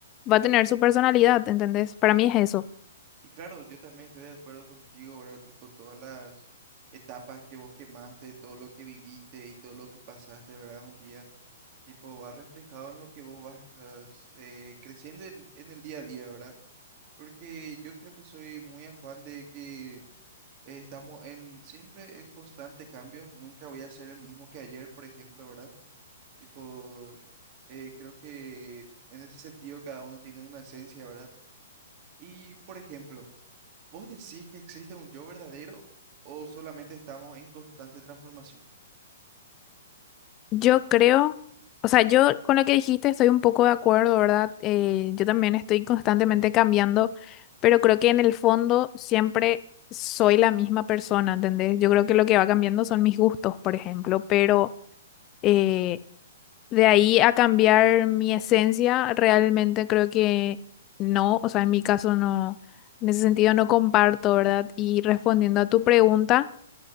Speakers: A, on the left (about 20°); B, on the right (about 25°).
A: va a tener su personalidad, ¿entendés? Para mí es eso.
B: Y claro, yo también estoy de acuerdo contigo, ¿verdad? Tipo, todas las etapas que vos quemaste, todo lo que viviste y todo lo que pasaste, ¿verdad? Un día, tipo, va reflejado en lo que vos vas eh, creciendo en, en el día a día, ¿verdad? Porque yo creo que soy muy afán de que eh, estamos en siempre en constante cambio. Nunca voy a ser el mismo que ayer, por ejemplo, ¿verdad? Tipo, eh, creo que en ese sentido cada uno tiene una esencia, ¿verdad? Y, por ejemplo, ¿vos decís que existe un yo verdadero o solamente estamos en constante transformación?
A: Yo creo, o sea, yo con lo que dijiste estoy un poco de acuerdo, ¿verdad? Eh, yo también estoy constantemente cambiando, pero creo que en el fondo siempre soy la misma persona, ¿entendés? Yo creo que lo que va cambiando son mis gustos, por ejemplo, pero eh, de ahí a cambiar mi esencia, realmente creo que no, o sea, en mi caso no, en ese sentido no comparto, ¿verdad? Y respondiendo a tu pregunta.